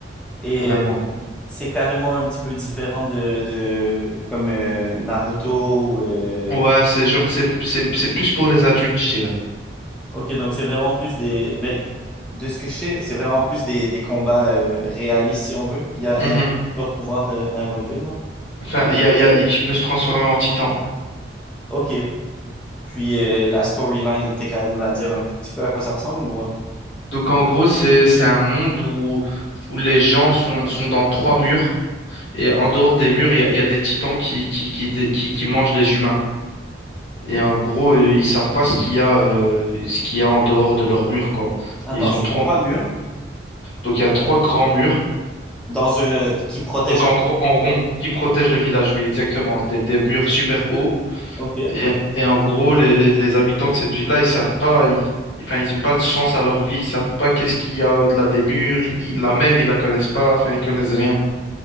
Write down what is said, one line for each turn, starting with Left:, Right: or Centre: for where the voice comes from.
Centre: Et
Left: Vraiment.
Centre: euh, c'est carrément un petit peu différent de, de comme euh, Naruto ou... euh,
Left: Ouais, c'est genre, c'est, c'est, c'est plus pour les adultes, je dirais.
Centre: Ok, donc c'est vraiment plus des... Ben, de ce que je sais, c'est vraiment plus des, des combats euh, réalistes, si on veut. Il y a,
Left: Mhm.
Centre: il y a un super pouvoir euh, involver, non?
Left: Enfin, il y a, il y a, il peut se transformer en titan.
Centre: Ok. Puis euh, la storyline, t'es capable de me la dire un tout petit peu à quoi ça ressemble ou... hein?
Left: Donc, en gros, c'est, c'est un monde où, où les gens sont, sont dans trois murs. Et en dehors des murs, il y a, il y a des titans qui, qui, qui, dé- qui, qui mangent les humains. Et en gros, euh, ils savent pas ce qu'il y a, euh, ce qu'il y a en dehors de leurs murs, quoi.
Centre: Attends,
Left: Et ils
Centre: c'est
Left: ont trois.
Centre: trois murs
Left: Donc il y a trois grands murs.
Centre: dans un... qui protègent...
Left: Donc en gros, en rond, qui protègent le village, oui, exactement. Des, des murs super hauts.
Centre: Ok.
Left: Et, et en gros, les, les, les habitants de cette ville-là, ils savent pas. ils- Enfin, ils ont pas le sens à leur vie. Ils savent pas qu'est-ce qu'il y a au-delà des murs. ils- la mer, ils la connaissent pas. Enfin, ils connaissent rien.